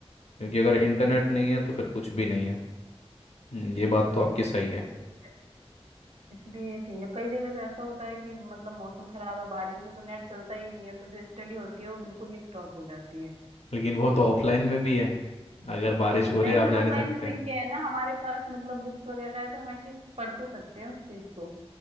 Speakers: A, on the left; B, on the right.
A: क्योंकि अगर इंटरनेट नहीं है तो फिर कुछ भी नहीं है हम्म, ये बात तो आपकी सही
B: इसलिए
A: है
B: इसलिए ये ठीक है कई जगह तो ऐसा होता है कि मतलब मौसम खराब है बारिश है तो नेट चलता ही नहीं है तो जो स्टडी होती है वो बिल्कुल ही स्टॉप हो जाती है
A: लेकिन वो तो ऑफलाइन में भी है अगर बारिश
B: नहीं
A: हो रही है
B: फिर
A: आप जा
B: ऑफलाइन
A: नहीं सकते
B: में तो
A: हैं
B: ये है ना हमारे पास मतलब बुक्स वगैरह है तो हम एटलीस्ट पढ़ तो सकते हैं उस चीज को